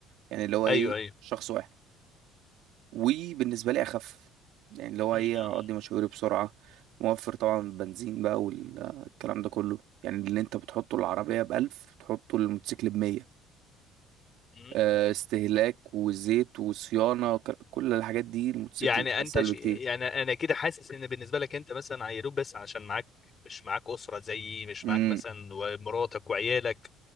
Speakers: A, on the right; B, on the left.
A: يعني اللي هو
B: ايوه
A: ايه
B: ايوه
A: شخص واحد وبالنسبة لي أخف يعني اللي هو
B: م-م-م.
A: إيه هقضي مشاويري بسرعة موفر طبعا بنزين بقى والكلام ده كله يعني اللي أنت بتحطه العربية بألف بتحطه الموتوسيكل بمية
B: م-م.
A: آه، استهلاك وزيت وصيانة وك- كل الحاجات دي الموتوسيكل
B: يعني
A: أسهل
B: انت ش...
A: بكتير
B: يعني انا كده حاسس ان بالنسبه لك انت مثلا عيروك بس عشان معاك مش معاك اسره زيي مش
A: امم
B: معاك مثلا ومراتك وعيالك